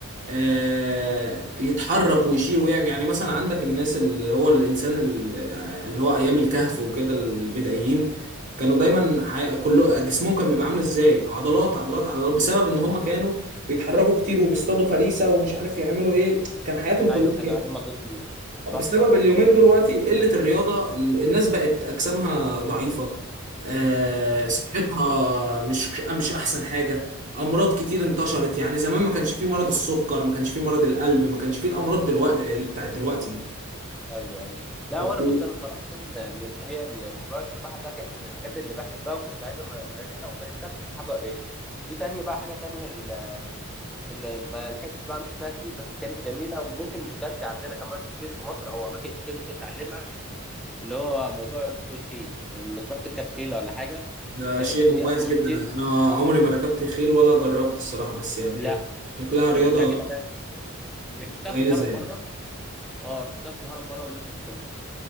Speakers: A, on the right; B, in the centre.
A: آه، يتحرك ويشيل ويعمل يعني مثلا عندك الناس اللي هو الانسان ال- آه، اللي هو ايام الكهف وكده البدائيين كانوا دايما حي- كله جسمهم كان بيبقى عامل ازاي عضلات عضلات عضلات بسبب ان هم كانوا بيتحركوا كتير وبيصطادوا فريسة ومش عارف يعملوا ايه كان حياتهم كلها
B: ايوه كان
A: كده
B: عليه مجهود كبير
A: بسبب
B: صح صح
A: اليومين دلوقتي قلة الرياضة ال- الناس بقت أجسامها ضعيفة آه، صحتها مش مش أحسن حاجة أمراض كتير انتشرت يعني زمان ما كانش فيه مرض السكر ما كانش فيه مرض القلب ما كانش فيه الأمراض دلوقتي اللي بتاعت دلوقتي دي
B: ايوه ايوه لا
A: و-
B: وانا بص انا صراحه كان من هي موضوع السباحه ده كانت من الحاجات اللي بحبها وكنت عايز أم- امارسها ومارستها بس حبه قليلين في تانية بقى حاجه تانية ال- اللي ما لحقتش بقى امشي فيها كتير بس كانت جميله وممكن مش دارجه عندنا كمان كتير في مصر او اماكن كتير ممكن تعلمها اللي هو موضوع ركوب الخيل لما تروح تركب خيله ولا حاجه
A: ده
B: تحس
A: شيء
B: ان
A: مميز
B: دي اصلا
A: جدا
B: دي
A: أنا عمري ما ركبت خيل ولا جربت الصراحة بس يعني
B: لا
A: شكلها
B: دي
A: رياضة
B: ممتعه جدا انا ركبتها
A: مميزة
B: في الهرم
A: يعني
B: مره اه ركبتها في الهرم مره ونزلت السماء